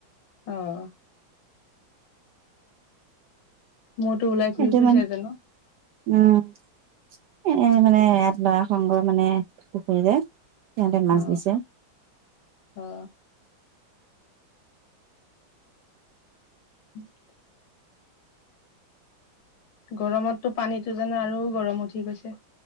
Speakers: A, on the left; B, on the right.
A: অহ মূৰটো ওলাই ঘূৰি
B: এতিয়া
A: ফুৰিছে
B: মানে
A: জানো
B: আহ এ মানে ইয়াত লৰা সংঘ মানে পুখুৰী যে তেহতে মাছ
A: অ
B: দিছে।
A: অ <inaudible> গৰমতটো পানীতটো জানা আৰু গৰম উঠি গৈছে।